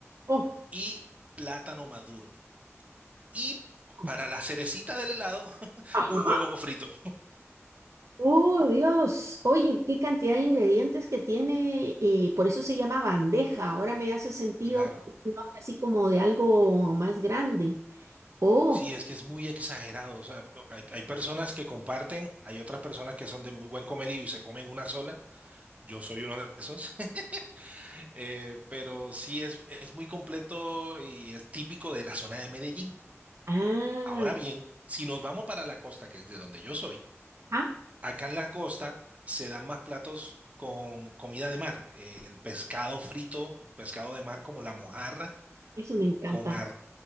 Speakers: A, on the right; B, on the right.
A: oh,
B: y plátano maduro. Y
A: oh,
B: para la cerecita del helado, <laughs>
A: ajá.
B: un huevo frito.
A: Oh, Dios. Oye, qué cantidad de ingredientes que tiene. eh, por eso se llama bandeja. Ahora me hace sentido
B: Claro.
A: que es un nombre así como de algo más grande. Oh,
B: Sí, es que es muy exagerado. O sea, hay, hay personas que comparten, hay otras personas que son de muy buen comerío y se comen una sola. Yo soy uno de esos. <laughs> Eh, pero sí es, es muy completo y es típico de la zona de Medellín.
A: ah,
B: Ahora bien, si nos vamos para la costa, que es de donde yo soy,
A: ah,
B: Acá en la costa se dan más platos con comida de mar, eh, el pescado frito, pescado de mar como la mojarra,
A: eso me encanta.
B: con ar-